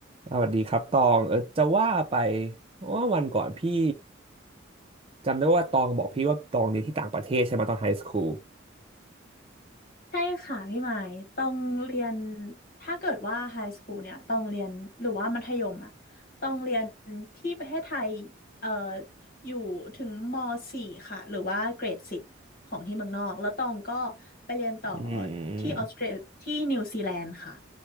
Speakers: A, on the right; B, on the left.
A: สวัสดีครับตองเออจะว่าไปว่าวันก่อนพี่จำได้ว่าตองบอกพี่ว่าตองเรียนที่ต่างประเทศใช่ไหมตอนไฮสคูล
B: ใช่ค่ะพี่หมายต้องเรียนถ้าเกิดว่าไฮสคูลเนี่ยต้องเรียนหรือว่ามัธยมอ่ะต้องเรียนที่ประเทศไทยเอ่ออยู่ถึงม .4 ค่ะหรือว่าเกรดสิบของที่เมืองนอกแล้วตองก็ไปเรียนต่อ
A: อืม
B: ที่ออสเตรที่นิวซีแลนด์ค่ะ